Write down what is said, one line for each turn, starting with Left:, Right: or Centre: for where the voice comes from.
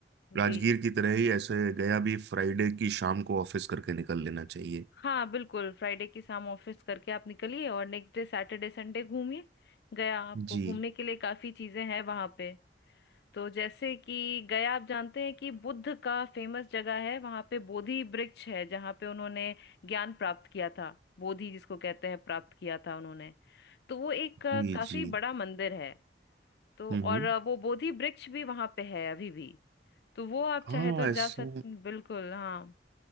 Left: जी
Right: राजगीर की तरह ही ऐसे गया भी फ्राइडे की शाम को ऑफिस करके निकल लेना चाहिए
Left: हाँ बिल्कुल फ्राइडे की शाम ऑफिस करके आप निकलिए और नेक्स्ट डे सैटरडे संडे घूमिए गया आपको
Right: जी
Left: घूमने के लिए काफी चीजें हैं वहां पे तो जैसे कि गया आप जानते हैं कि बुद्ध का फेमस जगह है वहां पे बोधि वृक्ष है जहाँ पे उन्होंने ज्ञान प्राप्त किया था बोधि जिसको कहते हैं प्राप्त किया था उन्होंने तो वो एक अ,
Right: जी
Left: काफी
Right: जी
Left: बड़ा मंदिर है तो
Right: हम्म
Left: और अ, वो बोधि वृक्ष भी वहां पे है अभी भी तो वो आप
Right: हाँ
Left: चाहे तो जा
Right: ऐसा
Left: सकते बिल्कुल हाँ